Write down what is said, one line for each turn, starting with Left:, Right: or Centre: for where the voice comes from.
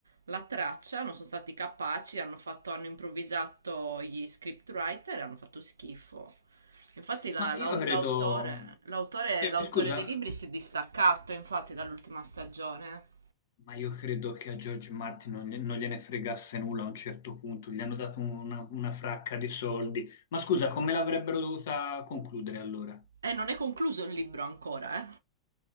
Right: la traccia, non sono stati capaci, hanno fatto, hanno improvvisato gli scriptwriter e hanno fatto schifo. Infatti la-
Left: Ma
Right: la-
Left: io credo,
Right: l'autore, l'autore,
Left: eh,
Right: l'autore
Left: scusa,
Right: dei libri si è distaccato, infatti, dall'ultima stagione.
Left: ma io credo che a George Martin non, gli- non gliene fregasse nulla a un certo punto. Gli hanno dato una, una fracca di soldi. Ma scusa, come l'avrebbero dovuta concludere allora?
Right: E non è concluso il libro ancora, eh.